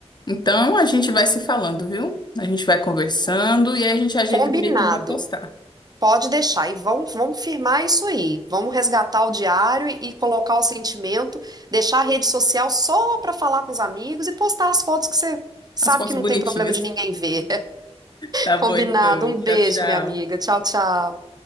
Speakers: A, on the left (about 40°); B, on the right (about 35°).
A: Então a gente vai se falando, viu? A gente vai conversando e aí a gente ajeita
B: Combinado.
A: direitinho para postar.
B: Pode deixar. E vamos, vamos firmar isso aí. Vamos resgatar o diário e, e colocar o sentimento, deixar a rede social só para falar com os amigos e postar as fotos que você sabe
A: As fotos
B: que não
A: bonitinhas.
B: tem problema de ninguém ver.
A: Tá
B: Combinado.
A: bom, então.
B: Um
A: Tchau,
B: beijo,
A: tchau.
B: minha amiga. Tchau, tchau.